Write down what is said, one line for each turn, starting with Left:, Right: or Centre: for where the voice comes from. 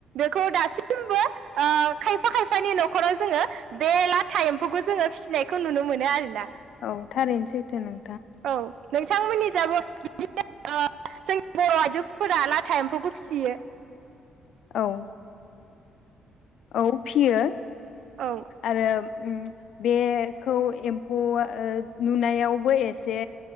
Right: खौ दासिमबो ओ खायफा खायफानि न'खराव जोङो बे लाथा एम्फौखौ जोङो फिसिनायखौ नुनो मोनो आरोना
Left: औ थारैनो सै थो नों
Right: औ नोंथांमोननि जाबो बिदिनो ओ जोंनि बर' आइजोफोरा लाथा एम्फौखौ फिसियो
Left: औ औ फियो
Right: औ
Left: आरो उम बे खौ एम्फौआ ओ नुनायावबो एसे